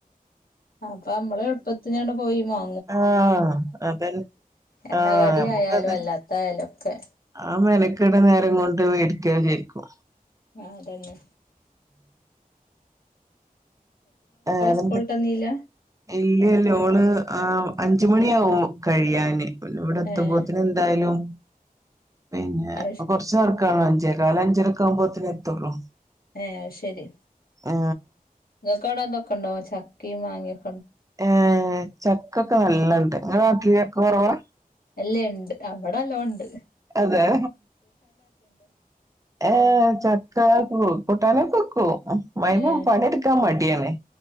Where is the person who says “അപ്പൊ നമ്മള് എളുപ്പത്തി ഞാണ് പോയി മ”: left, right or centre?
Left